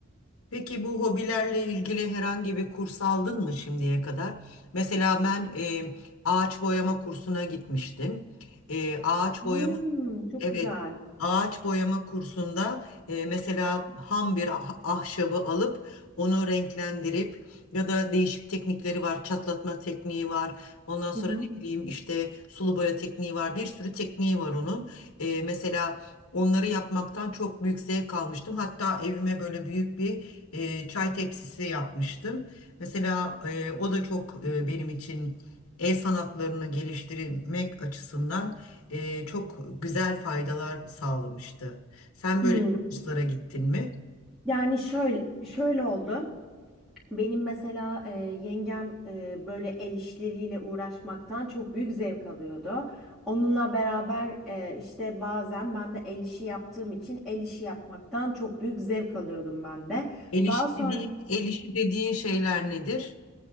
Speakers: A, on the left (about 75°); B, in the centre.
A: Peki bu hobilerle ilgili herhangi bir kurs aldın mı şimdiye kadar? Mesela ben e, ağaç boyama kursuna gitmiştim. E, ağaç
B: Hmm,
A: boyama
B: çok
A: Evet,
B: güzel.
A: ağaç boyama kursunda e, mesela ham bir ah- ahşabı alıp onu renklendirip ya da değişik teknikleri var, çatlatma tekniği var. Ondan sonra
B: Hı hı.
A: ne bileyim işte sulu boya tekniği var. Bir sürü tekniği var onun. E, mesela onları yapmaktan çok büyük zevk almıştım. Hatta evime böyle büyük bir e, çay tepsisi yapmıştım. Mesela e, o da çok e, benim için el sanatlarını geliştirmek açısından e, çok güzel faydalar sağlamıştı. Sen
B: Hmm.
A: böyle kurslara gittin mi?
B: Yani şöyle şöyle oldu. Benim mesela e, yengem e, böyle el işleriyle uğraşmaktan çok büyük zevk alıyordu. Onunla beraber e, işte bazen ben de el işi yaptığım için el işi yapmaktan çok büyük zevk alıyordum ben de.
A: El işi
B: Daha sonra
A: dediğin, el işi dediğin şeyler nedir?